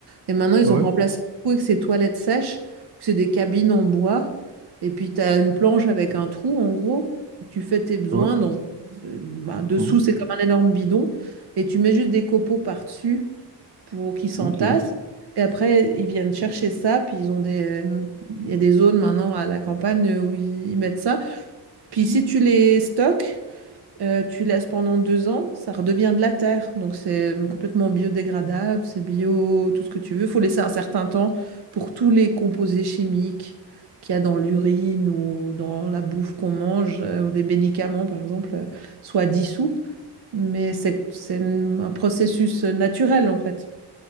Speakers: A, on the right (about 65°); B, on the right (about 30°).
A: Et maintenant, ils
B: Ouais,
A: ont remplacé tout avec ces toilettes sèches, où c'est des cabines en bois. Et puis, tu as une planche avec un trou, en gros. Tu fais tes besoins
B: ouais.
A: dans... euh, bah, dessous,
B: Mhm.
A: c'est comme un énorme bidon. Et tu mets juste des copeaux par-dessus pour qu'ils s'entassent.
B: Ok,
A: Et après, ils viennent chercher ça. Puis, ils ont des... euh, Il y a des zones maintenant à la campagne où ils ils mettent ça. Puis, si tu les stocks, euh, tu laisses pendant deux ans, ça redevient de la terre. Donc c'est complètement biodégradable, c'est bio, tout ce que tu veux. Il faut laisser un certain temps pour tous les composés chimiques qu'il y a dans l'urine ou dans la bouffe qu'on mange, euh, ou des médicaments par exemple, euh, soient dissous. Mais c'est c'est un processus naturel en fait.